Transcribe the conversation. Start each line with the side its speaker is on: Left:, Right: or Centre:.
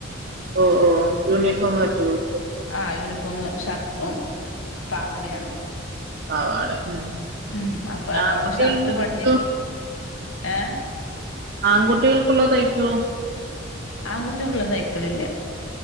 Right: ഓ ഓ യൂണിഫോം അടിച്ചു ഇടുവോ
Left: ആ യൂണിഫോമ് ഷർട്ടും പാവടയാണ്
Right: പാവാട ഉം
Left: ഉ അപ്പൊ
Right: ആൺകുട്ടികൾക്ക്
Left: മൂന്ന്ഷർട്ട് പടിഞ്ഞില്ല
Right: തയ്ക്കോ
Left: ഏ
Right: ആൺകുട്ടികൾക്കുള്ളോ തയ്ക്കുവോ
Left: ആൺകുട്ടഉള്ളത് തയ്ക്കലില്ല